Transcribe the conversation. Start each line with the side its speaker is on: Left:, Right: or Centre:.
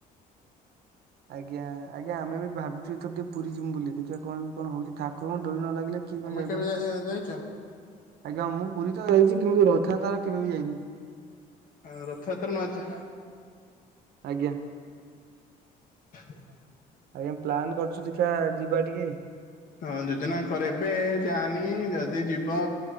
Right: <inaudible> ଆଜ୍ଞ ଆଜ୍ଞା ଆମେ ବି ଭାବଛୁ ଏଥର ଟିକେ ପୁରୀ ଯିବୁ ବୋଲି ଦେଖିବା କଣ କଣ ହଉଛି ଠାକୁର ଙ୍କ ଡୋରି ନ ଲାଗି
Left: ତମେ
Right: କିଏ କଣ ଯାଇପାରିବ
Left: କେବେ ଯାଇଛ
Right: ଆଜ୍ଞା ମୁଁ ପୁରୀ ତ ଯାଇଛି କିନ୍ତୁ ରଥାଯାତ୍ରା ରେ କେବେ ବି ଯାଇନି।
Left: ଆ ରଥଯାତ୍ରା ନ ଯ
Right: ଆଜ୍ଞା
Left: <unintelligible> <unintelligible>
Right: ଆଜ୍ଞା ପ୍ଲାନ କରୁଛୁ ଦେଖା ଯିବା ଟିକେ
Left: ହଁ ଯୋଜନା କରେ ଏବେ ଯାନି ଯଦି ଯିବ